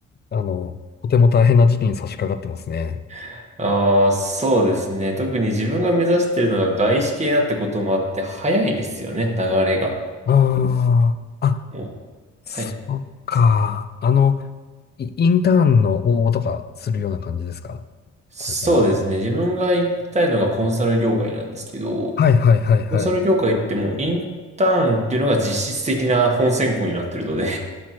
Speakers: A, on the left; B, on the right.
A: あの、とても大変な時期に差し掛かってますね。
B: <laughs> ああー、そうですね。特に自分が目指してるのが外資系だってこともあって、早いですよね、流れが。
A: ああ、あ、
B: も
A: そっか。
B: うはい。
A: あの、イインターンの応募とかするような感じですか
B: そうですね。
A: これから。
B: 自分が行きたいのがコンサル業界なんですけど、
A: はい、はい、はい、はい。
B: コンサル業界ってもうインターンっていうのが実質的な本選考になってるので